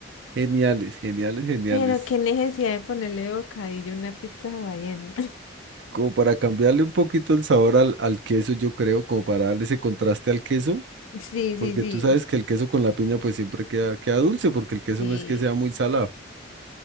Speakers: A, on the right; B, on the left.
A: geniales, geniales, geniales.
B: Pero qué necesidad de ponerle bocadillo a una pizza hawaiana. <laughs>
A: Como para cambiarle un poquito el sabor al, al queso, yo creo, como para darle ese contraste al queso,
B: Sí,
A: porque
B: sí, sí,
A: tú sabes que el queso con la piña pues siempre queda, queda dulce, porque el queso
B: sí.
A: no es que sea muy salado.